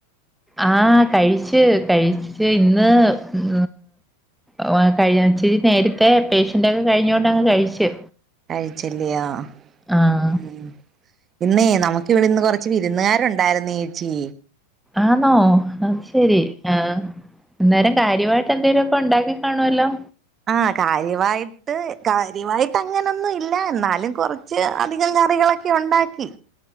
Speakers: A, in the centre; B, on the right (about 25°).
A: ആ ഹ് കഴിച്ച് കഴിച്ച് ഇന്ന് ഉം ഓ കഴി ഇച്ചിരി നേരത്തെ പേഷ്യന്റൊക്കെ കഴിഞ്ഞോണ്ടങ് കഴിച്ച്
B: കഴിച്ചല്യിയോ
A: ആഹ്
B: ഉം ഇന്നേ നമുക്ക് ഇവിടെന്ന് കൊറച്ച് വിരുന്നുകാരുണ്ടായിരുന്നു യേച്ചി
A: ആന്നോ അത് ശെരി ആഹ് അന്നേരം കാര്യവായിട്ട് എന്തെലൊക്കെ ഉണ്ടാക്കി കാണുവല്ലോ
B: ആഹ് കാര്യമായിട്ട് കാര്യമായിട്ട് അങ്ങനൊന്നും ഇല്ല എന്നാലും കൊറ ച്ച് അധികം കറികളൊക്കെയൊണ്ടാക്കി